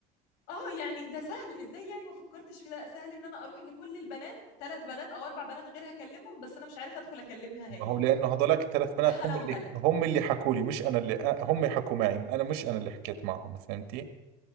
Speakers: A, on the left (about 80°); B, on the right (about 75°).
A: اه يعني ده سهل ازاي يعني ما فكرتش في ده سهل ان انا اروح لكل البنات ثلاث بنات او اربع بنات غير هكلمهم بس انا مش عارفه ادخل اكلمها هي
B: ما هو لانه هذولاك الثلاث بنات
A: يا حلاوتك
B: هم اللي هم اللي حكوا لي مش انا اللي آه، هم حكوا معي انا مش انا اللي حكيت معهم فهمتي